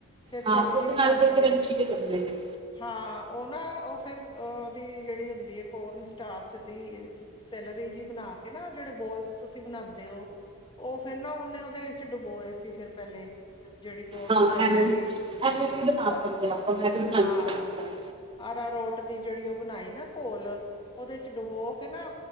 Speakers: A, on the left (about 20°); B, on the right (about 25°).
A: ਫੇਰ ਸੈਲਰੀ
B: ਹਾਂ ਉਹਦੇ
A: ਬਣਾਉਦੇ
B: ਨਾਲ ਫਿਰ ਕਰੰਚੀ
A: ਨੇ
B: ਜਿਹੇ ਬਣਦੇ ਨੇ
A: ਹਾਂ ਉਹ ਨਾ ਉਹ। ਅ ਦੀ ਜਿਹੜੀ ਹੁੰਦੀ ਹੈ ਕੋਰਨ ਸਟਾਰ ਦੀ ਸੈਲਰੀ ਜੀ ਬਣਾ ਕੇ ਨਾ। ਜਿਹੜੇ ਬੋਲਸ ਤੁਸੀਂ ਬਣਾਉਂਦੇ ਹੋ ਉਹ ਫੇਰ ਨਾ ਉਹਨੇ ਉਹਦੇ ਵਿੱਚ ਡੁਬੋਏ ਸੀ ਫਿਰ ਪਹਿਲੇ ਜਿਹੜੀ ਕੋਨ
B: ਹਾਂ
A: ਸਟੋਚ
B: ਐਵੇਂ ਵੀ
A: ਦੀ
B: ਐਵੇਂ ਵੀ ਬਣਾ
A: ਅ
B: ਸਕਦੇ ਆ ਆਪਾਂ ਮੈਂ ਵੀ ਬਣਾਉਂਦੀ
A: ਹਾਂ
B: ਕਦੇ ਕਦਾਰ।
A: ਆਰਾ ਰੋਟ। ਕਦੀ ਜਿਹੜੀ ਉਹ ਬਣਾਈ ਨਾ ਘੋਲ ਉਹਦੇ ਚ ਡੁਬੋ ਕੇ ਨਾ